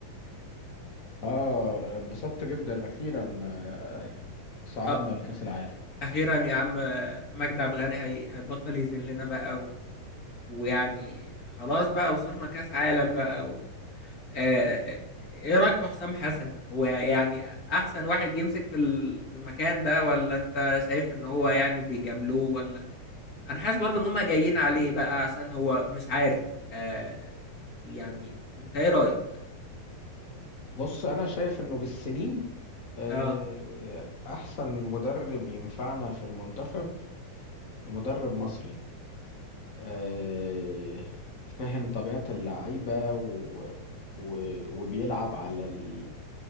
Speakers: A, on the left (about 85°); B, on the left (about 30°).
A: اه اتبسطت جدا اخيرا آه، صعدنا
B: اه
A: لكأس العالم
B: اخيرا يا عم آه، مجدي عبد الغني هي... هيبطل يذلنا بقى و... ويعني خلاص بقى وصلنا كاس عالم بقى و... آه آه، ايه رايك في حسام حسن هو يعني احسن واحد يمسك في ال... في المكان ده ولا انت شايف ان هو يعني بيجاملوه ولا انا حاسس برضو ان هم جايين عليه بقى عشان هو مش عارف آه يعني انت ايه رايك
A: بص انا شايف انه بالسنين آه،
B: اه,
A: احسن مدرب ينفعنا في المنتخب مدرب مصري آه، فاهم طبيعة اللعيبة و... و... وبيلعب على ال-